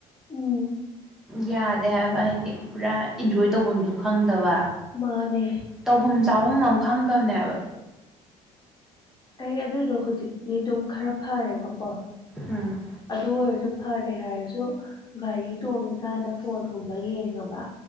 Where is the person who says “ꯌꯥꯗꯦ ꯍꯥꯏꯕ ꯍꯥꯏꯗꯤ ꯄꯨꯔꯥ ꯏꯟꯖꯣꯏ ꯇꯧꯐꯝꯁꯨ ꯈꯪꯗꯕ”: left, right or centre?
Centre